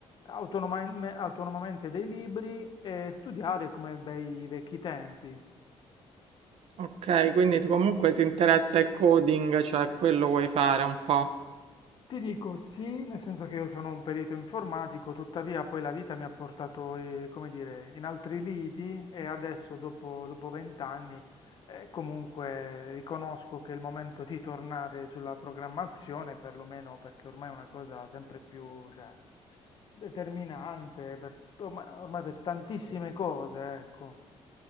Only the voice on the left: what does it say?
autonoma- autonomamente dei libri e studiare come bei vecchi tempi.
Ti dico sì, nel senso che io sono un perito informatico, tuttavia poi la vita mi ha portato, eh, come dire, in altri lidi e adesso dopo dopo vent'anni eh, comunque riconosco che è il momento di tornare sulla programmazione, perlomeno perché ormai è una cosa sempre più, cioè, determinante per, orma- ormai per tantissime cose, ecco,